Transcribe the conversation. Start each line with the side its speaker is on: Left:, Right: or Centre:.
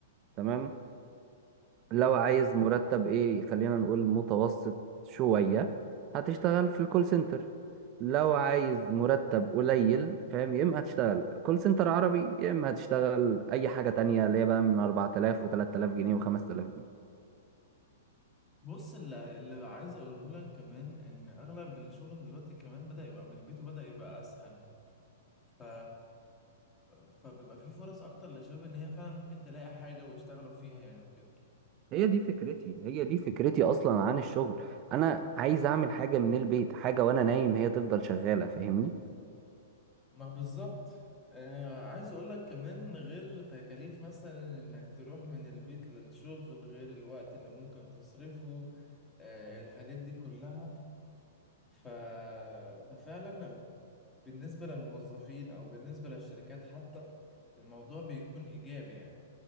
Right: تمام لو عايز مرتب ايه خلينا نقول متوسط شوية هتشتغل في الكول سنتر لو عايز مرتب قليل فاهم يا اما هتشتغل كول سنتر عربي يا اما هتشتغل اي حاجة تانية اللي هي بقى من 4000 و3000 جنيه و5000 جنيه
Left: بص اللي اللي عايز اقوله لك كمان ان اغلب الشغل دلوقتي كمان بدأ يبقى من البيت وبدأ يبقى اسهل ف... فبيبقى في فرص اكتر للشباب ان هي فعلا ممكن تلاقي حاجة ويشتغلوا فيها يعني وكده
Right: هي دي فكرتي هي دي فكرتي اصلا عن الشغل انا عايز اعمل حاجة من البيت حاجة وانا نايم هي تفضل شغالة فاهمني
Left: ما بالظبط آه عايز اقول لك كمان غير تكاليف مثلا انك تروح من البيت للشغل غير الوقت اللي ممكن تصرفه آه الحاجات دي كلها ف... ففعلا بالنسبة للموظفين أو بالنسبة للشركات حتى الموضوع بيكون إيجابي يعني